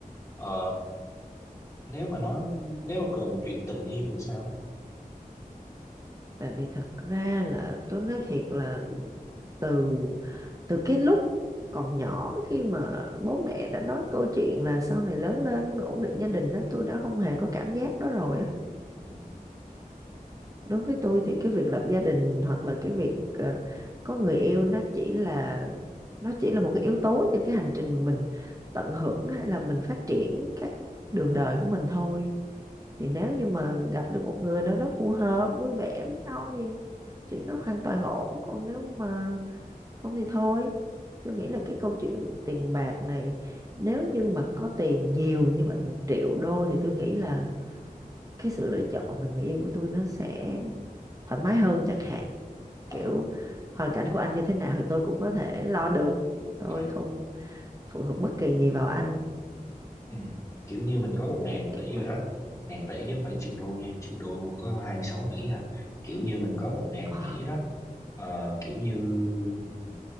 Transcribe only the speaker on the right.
tại vì thật ra là tôi nói thiệt là từ từ cái lúc còn nhỏ khi mà bố mẹ đã nói câu chuyện là sau này lớn lên ổn định gia đình đó tôi đã không hề có cảm giác đó rồi á
đối với tôi thì cái việc lập gia đình hoặc là cái việc ờ, có người yêu nó chỉ là nó chỉ là một cái yếu tố trên cái hành trình mà mình tận hưởng hay là mình phát triển cái đường đời của mình thôi thì nếu như mà gặp được một người nào đó phù hợp vui vẻ với nhau thì chuyện đó hoàn toàn ổn còn nếu mà không thì thôi tôi nghĩ
là cái câu chuyện tiền bạc này nếu như mà có tiền nhiều như vậy một triệu đô thì tôi nghĩ là cái sự lựa chọn về người yêu của tôi nó sẽ thoải mái hơn chẳng hạn
kiểu hoàn cảnh của anh như thế nào thì tôi cũng có thể lo được tôi
không phụ thuộc bất kỳ gì vào anh
kiểu kiểu
vậy
Ờ,